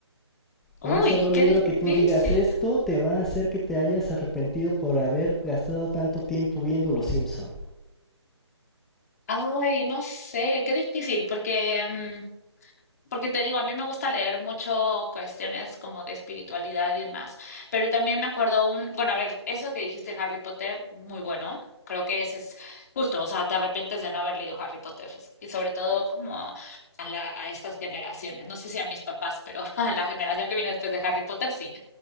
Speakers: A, on the left (about 35°); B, in the centre.
A: uy,
B: Un solo
A: qué
B: libro
A: difícil.
B: que tú digas, esto te va a hacer que te hayas arrepentido por haber gastado tanto tiempo viendo Los Simpson.
A: Ay, no sé, qué difícil, porque mm, porque te digo, a mí me gusta leer mucho cuestiones como de espiritualidad y demás, pero también me acuerdo un, bueno, a ver, eso que dijiste de Harry Potter, muy bueno, creo que ese es justo, o sea, te arrepientes de no haber leído Harry Potter, y sobre todo como a, la- a estas generaciones, no sé si a mis papás, pero <laughs> a la generación que viene después de Harry Potter, sí.